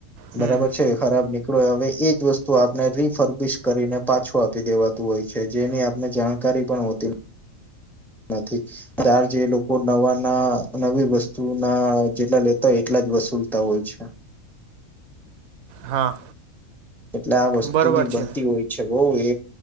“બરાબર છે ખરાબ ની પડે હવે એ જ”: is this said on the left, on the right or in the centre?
Centre